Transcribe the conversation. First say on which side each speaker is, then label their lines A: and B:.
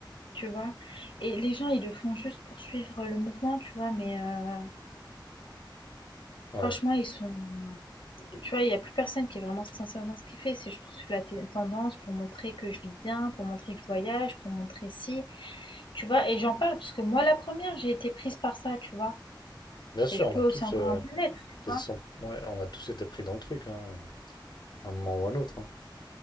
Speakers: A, on the left; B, on the left.
A: tu vois. Et les gens, ils le font juste pour suivre le mouvement, tu vois. Mais euh,
B: Ouais.
A: franchement, ils sont Tu vois, il y a plus personne qui est vraiment sincère dans ce qu'il fait. C'est je poursuis la t- tendance pour montrer que je vis bien, pour montrer que je voyage, pour montrer si. Tu vois, et j'en parle parce que moi, la première, j'ai été prise par ça, tu vois.
B: Bien sûr,
A: Et je
B: on
A: peux
B: a tous,
A: aussi encore
B: euh,
A: un peu l'être, tu
B: parce
A: vois.
B: qu'ils sont- ouais, on a tous été pris dans le truc, hein, à un moment ou à un autre. hein.